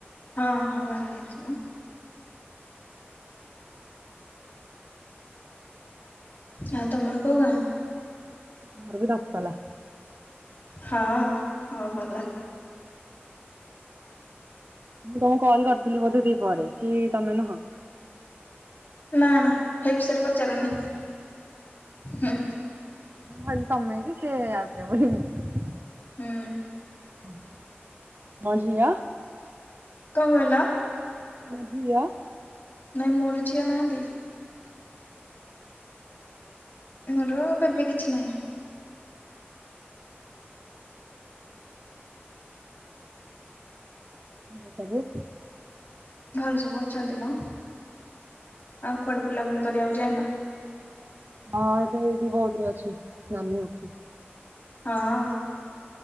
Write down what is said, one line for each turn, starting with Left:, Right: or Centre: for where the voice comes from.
Left: ହଁ, ହଁ। ବାହା ହେଇଚି ମ। ଆଉ ତମର କୋଉ ଗାଁ?
Right: ଆମର ବି ଦଶପଲ୍ଲା।
Left: ହଁ, ହଁ ଭଲ।
Right: ମୁଁ ତମକୁ କଲ୍ କରିଥିଲି ବୋଧେ ଦି ପହରେ, କି ତମେ ନୁହଁ?
Left: ନାଁ, ନାଁ ସେଇ ବିଷୟରେ ପଚାରନି? ହୁଁ।
Right: ମୁଁ ଭାବିଲି ତମେ କି ସେ ଆଉ କିଏ, ବୁଝିଲେ?
Left: ହୁଁ।
Right: ହୁଁ ହୁଁ, ମୋ ଝିଅ
Left: କଣ କହିଲ?
Right: କୁଅ ଝିଅ?
Left: ନାଇଁ, ମୋର ଝିଅ ନାହାନ୍ତି। ମୋର ବେବି କିଛି ନାହିଁ।
Right: <unintelligible>
Left: ଘରେ ସବୁ ଅଛନ୍ତି ମ, ଆଉ କୁଆଡ଼େ ବୁଲାବୁଲି କରିବାକୁ ଯାଇନ?
Right: ହଁ, ଏବେ ଏଇଠି ବୌଧରେ ଅଛି, ନାନୀ ଘରଠି।
Left: ହଁଅଁ,